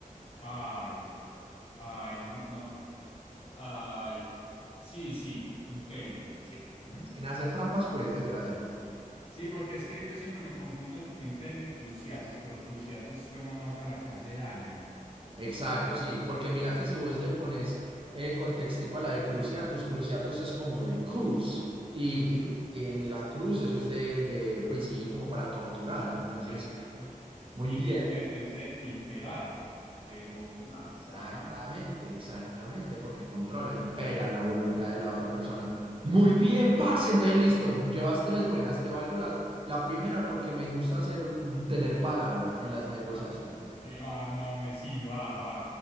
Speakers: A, on the left; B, on the right.
A: Ay, ay, no me, no, ay. Sí, sí, Imperio, sí. ujú.
B: Sin hacer trampas, pues, desgraciado.
A: Sí. Sí, porque es que yo siempre me confundo entre Imperio y Cruciatus, pero Cruciatus suena más a la que hace daño
B: Exacto,
A: que...
B: sí, porque mira
A: sí.
B: que si vos le pones eh, contextico a la de cruciatus, cruciatus es como de cruz, y,
A: Ujú,
B: y- y en la cruz eso es de, de, pues sí, como para torturar, entonces,
A: Exacto.
B: muy
A: Y
B: bien.
A: Imperio es de imperar, de gobernar.
B: Exactamente,
A: Ajá.
B: exactamente, porque controla, impera la voluntad de la otra persona. Muy bien, parce, entonces listo, llevas tres buenas, te valgo la, la primera porque me gusta hacer, mm, tener palabra en las negociaciones.
A: Ah, este, va, no, me sí, va, va.